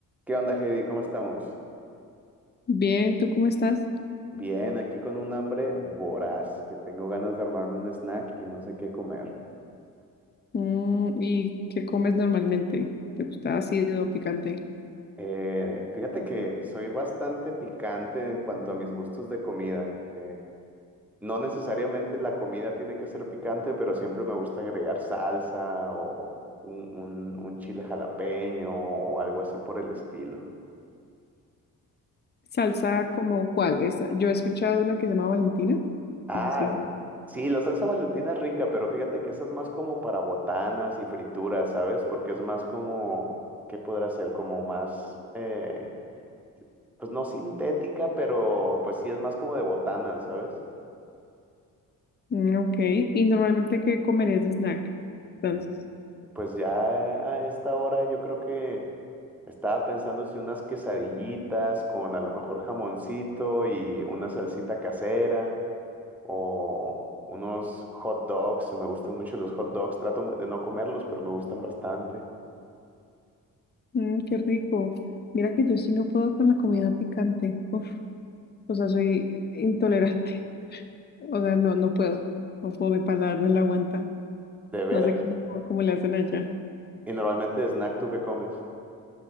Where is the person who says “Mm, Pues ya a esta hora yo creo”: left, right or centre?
Centre